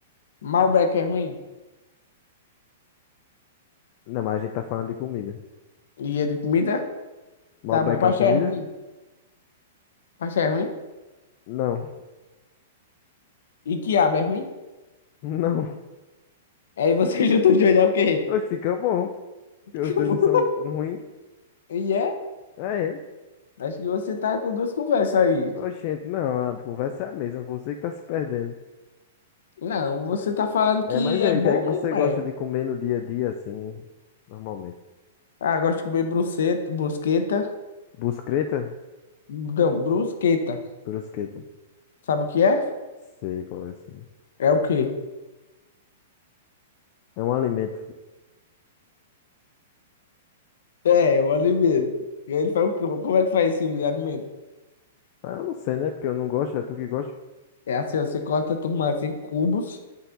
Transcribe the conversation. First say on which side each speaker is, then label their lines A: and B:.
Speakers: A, on the left; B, on the left.
A: Malbec é ruim?
B: Não, mas a gente tá falando de comida.
A: E é de comida?
B: Malbec
A: Tá bom, pastel
B: é uma comida?
A: é ruim. Pastel é ruim?
B: Não.
A: E quiabo é ruim?
B: <laughs> Não.
A: Aí você <laughs> junta os dois, é o quê?
B: Hoje fica bom.
A: <laughs>
B: Porque os dois não são ruins.
A: E é?
B: É, é.
A: Acho que você tá com duas conversas aí.
B: Oxente, não, a conversa é a mesma, você que tá se perdendo.
A: Não, você tá falando
B: É,
A: que
B: mas aí,
A: é bom,
B: o que é que
A: mas
B: você
A: não
B: gosta
A: é.
B: de comer no dia a dia, assim, normalmente?
A: Ah, gosto de comer bruceta, brusqueta.
B: Brusqueta?
A: Não, brusqueta.
B: Brusqueta.
A: Sabe o que é?
B: Sei qual é esse.
A: É o quê?
B: É um alimento.
A: É, o alimento. E ele fala, como como é que faz esse alimento?
B: Ah, eu não sei, né? Porque eu não gosto, é tu que gosta?
A: É assim, ó, você corta tomate em cubos,